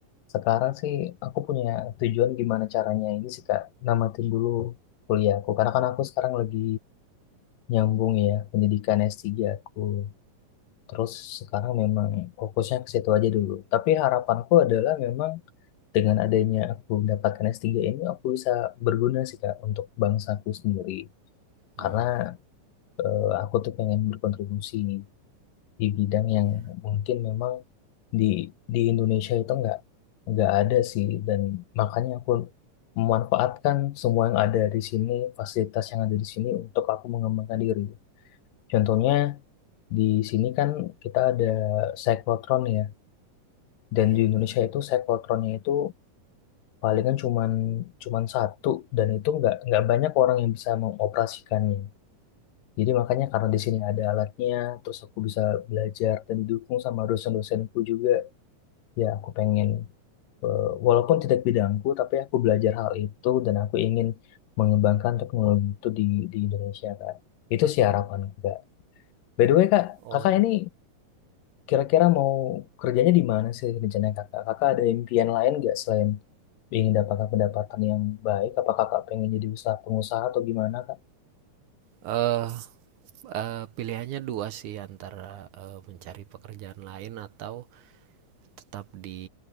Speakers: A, on the left; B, on the right.
A: sekarang sih aku punya tujuan gimana caranya ini sih Kak, namatin dulu kuliahku. Karena kan aku sekarang lagi nyambung ya pendidikan S3 aku. Terus sekarang memang fokusnya ke situ aja dulu. Tapi harapanku adalah memang dengan adanya aku mendapatkan S3 ini aku bisa berguna sih Kak untuk bangsaku sendiri
B: Mm-mm.
A: karena eh, aku tuh pengen berkontribusi di bidang yang
B: Iya, hmm.
A: mungkin memang di di Indonesia itu nggak nggak ada sih dan makanya aku memanfaatkan semua yang ada di sini fasilitas yang ada di sini untuk aku mengembangkan diri contohnya di sini kan kita ada cyclotron ya dan
B: iya. Yeah.
A: di
B: Yeah.
A: Indonesia itu cyclotronnya itu palingan cuman cuman satu dan itu nggak nggak banyak orang yang bisa mengoperasikannya. Jadi makanya karena di sini ada alatnya, terus aku bisa belajar dan didukung sama dosen-dosenku juga. Ya aku pengen eh, walaupun tidak bidangku, tapi aku belajar hal itu dan aku ingin mengembangkan teknologi itu di di Indonesia kak Itu sih harapanku kak. By the way kak,
B: Oh,
A: kakak ini Kira-kira mau kerjanya di mana sih rencana kakak? Kakak ada impian lain nggak selain ingin dapat pendapatan yang baik? Apa kakak pengen jadi usaha pengusaha atau gimana, Kak?
B: Eh, eh, pilihannya dua sih antara eh, mencari pekerjaan lain atau tetap di